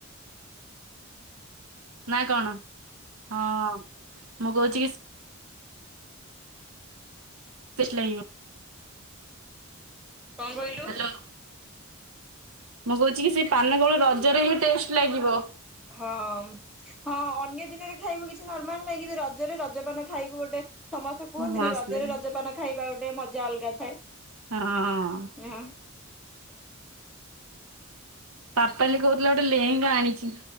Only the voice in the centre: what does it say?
କଣ କହିଲୁ
ହଁ। ହଁ ଅନ୍ୟ ଦିନରେ ଖାଇବୁ କିଛି ନର୍ମାଲ ନାହିଁ କିନ୍ତୁ ରଜରେ ରଜପାନ ଖାଇବୁ ଗୋଟେ। ସମସ୍ତେ କୁହନ୍ତିନି
ରଜରେ
ରଜପାନ ଖାଇବା ଗୋଟେ ମଜା ଅଲଗା ଥାଏ।
ଆଁହାଁହାଁ।